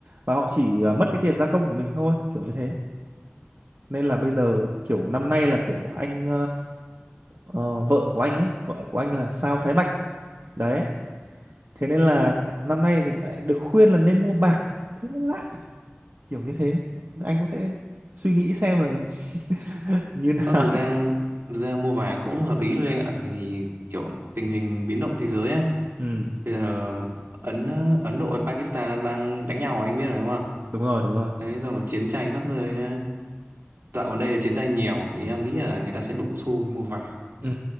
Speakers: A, on the right (about 60°); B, on the right (about 80°).
A: và họ chỉ ờ, mất cái tiền gia công của mình thôi kiểu như thế nên là bây giờ kiểu năm nay là kiểu anh ờ, vợ của anh ấy vợ của anh là sao Thái Bạch đấy thế nên là
B: Ừ.
A: năm nay thì lại được khuyên là nên mua bạc thế mới lạ kiểu như thế anh cũng sẽ suy nghĩ xem là <laughs> như nào
B: Ờ, thực ra thực ra mua vàng cũng hợp lý thôi anh ạ vì kiểu tình hình biến động thế giới ấy.
A: ừ
B: Bây giờ Ấn Ấn Độ và Pakistan nó đang đánh nhau anh biết rồi đúng không?
A: đúng rồi đúng rồi
B: Đấy, xong còn chiến tranh khắp nơi nữa. Dạo gần đây là chiến tranh nhiều thì em nghĩ là người ta sẽ đổ xô đi mua vải
A: ừ